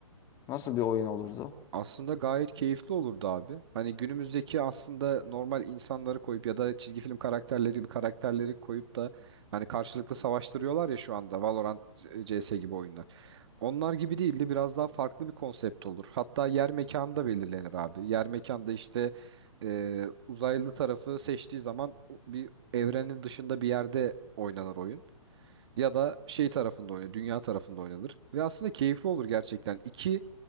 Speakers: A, on the left (about 20°); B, on the right (about 50°).
A: Nasıl bir oyun olurdu?
B: Aslında gayet keyifli olurdu abi. Hani günümüzdeki aslında normal insanları koyup ya da çizgi film karakterleri gibi karakterleri koyup da hani karşılıklı savaştırıyorlar ya şu anda Valorant, e, CS gibi oyunlar. Onlar gibi değil de biraz daha farklı bir konsept olur. Hatta yer mekanı da belirlenir abi. Yer mekanda işte e, uzaylı tarafı seçtiği zaman o- bir evrenin dışında bir yerde oynanır oyun. Ya da şey tarafında oynanır, dünya tarafında oynanır. Ve aslında keyifli olur gerçekten. İki